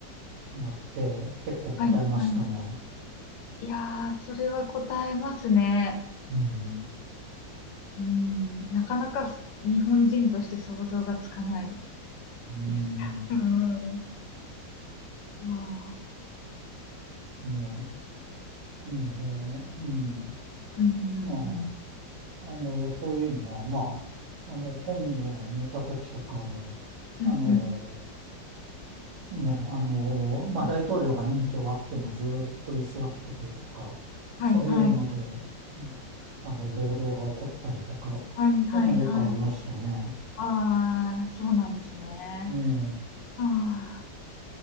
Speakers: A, on the right; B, on the left.
A: なって、結構答えましたね。
B: はいはい。いやー、それは答えますね。
A: うん。
B: うん、なかなかそ日本人として想像がつかない
A: うん。
B: です。うん。ああ、
A: もう、ので、うん。
B: うんう
A: ま
B: ん
A: あ、あの、そういうのは、まあ、あの、今後にいた時とかも、
B: うん。
A: あの、
B: うんうん
A: ね、あの、まあ、
B: うん。
A: 大統領が任期終わってもずーっと居座っててとか、
B: はいはい。
A: そういうので、うんあの、暴動が起こったりとか、そういうのはよくありましたね。
B: はいはいはい。ああ、そうなんですね。
A: ね
B: ああ、